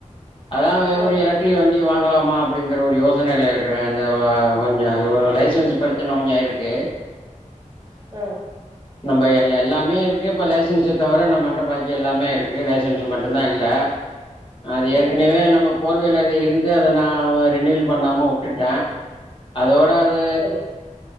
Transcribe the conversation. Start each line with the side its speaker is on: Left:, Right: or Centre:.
Left: அதான்
Right: ஆ
Left: எலக்ட்ரிக வண்டி வாங்க இருக்கலாமா அப்படிங்கற ஒரு யோசனையில இருக்கறே அந்த கொஞ்சு அது லைசன்ஸ் பிரச்சனை கொஞ்சு இருக்கு
Right: ஆ
Left: நம்ப எல்லா எல்லாமே இப்ப லைசன்ஸ் தவிர நம் மண்ட பாக்கி எல்லாமே இருக்கு லைசன்ஸ் மட்டு தா இல்ல அது ஏற்கனவே
Right: ஆ
Left: நம்ம போர்விலர் இருந்து அத நா ஒரு ரெனியூல் பண்ணாம விட்டுட்ட அதோட அது
Right: சரி